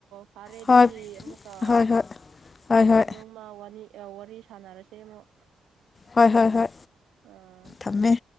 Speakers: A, on the right; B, on the left.
A: ꯐꯔꯦ ꯑꯗꯨꯗꯤ
B: ꯍꯣꯏ
A: ꯑꯃꯨꯛꯀ
B: ꯍꯣꯏ ꯍꯣꯏ ꯍꯣꯏ ꯍꯣꯏ
A: ꯅꯣꯡꯃ ꯋꯥꯅꯤ ꯋꯥꯔꯤ ꯁꯥꯟꯅꯔꯁꯦ ꯑꯃꯨꯛ
B: ꯍꯣꯏ ꯍꯣꯏ ꯍꯣꯏ
A: ꯑꯥ
B: ꯊꯝꯃꯦ